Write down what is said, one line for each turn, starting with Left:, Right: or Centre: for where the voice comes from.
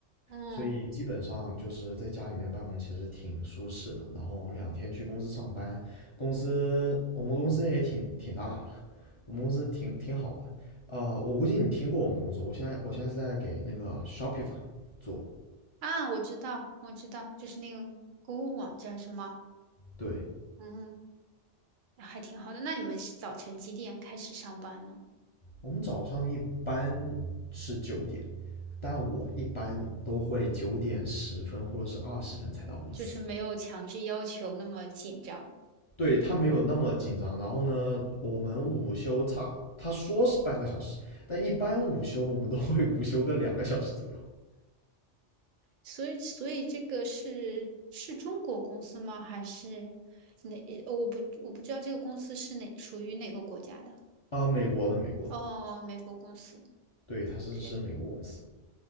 Right: 嗯
Left: 所以基本上就是在家里面办公，其实挺舒适的。然后两天去公司上班，公司我们公司也挺挺大，我们公司挺挺好的。啊、我估计你听过我们公司，我现在我现在是在给那个 Shopify 做。
Right: 啊，我知道，我知道，就是那个购物网站是吗？
Left: 对，
Right: 嗯。还挺好的。那你们是早晨几点开始上班呢？
Left: 我们早上一般是九点，但我一般都会九点十分或者是二十分才到公司。
Right: 就是没有强制要求那么紧张，
Left: 对他没有那么紧张。然后呢，我们午休差他说是半个小时，但一般午休我们都会 <laughs> 午休个两个小时左右
Right: 所以所以这个是是中国公司吗？还是哪？呃我不我不知道这个公司是哪属于哪个国家的。
Left: 啊。呃美国的，美国的，
Right: 哦，美国公司。
Left: 对，他是是美国公司，
Right: OK，